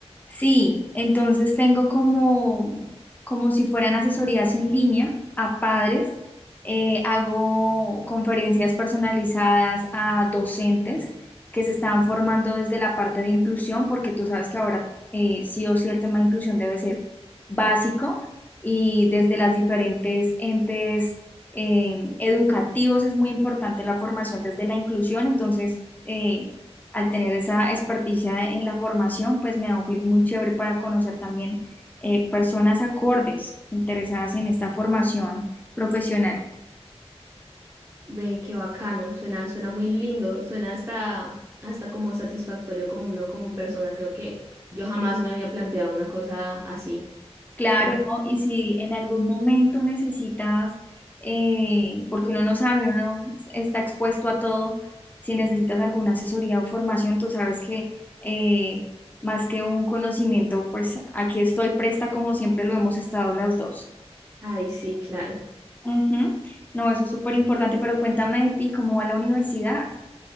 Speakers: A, on the left; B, on the right.
A: Sí, entonces tengo como, como si fueran asesorías en línea a padres, eh, hago conferencias personalizadas a docentes que se están formando desde la parte de inclusión, porque tú sabes que ahora eh, sí o sí el tema de inclusión debe ser básico y desde las diferentes entes eh, educativos es muy importante la formación desde la inclusión, entonces... eh, al tener esa experticia en la formación, pues me da un clic muy chévere para conocer también eh, personas acordes interesadas en esta formación profesional.
B: Ve, qué bacano, suena, suena muy lindo, suena hasta, hasta como satisfactorio como uno como persona. Creo que yo jamás me había planteado una cosa así.
A: Claro,
B: Pero,
A: ¿no? Y si en algún momento necesitas, eh, porque uno no sabe, uno está expuesto a todo, si necesitas alguna asesoría o formación, tú sabes que eh, más que un conocimiento, pues aquí estoy presta como siempre lo hemos estado las dos.
B: ay, sí, claro.
A: Ujú. No, eso es súper importante, pero cuéntame de ti, ¿cómo va la universidad?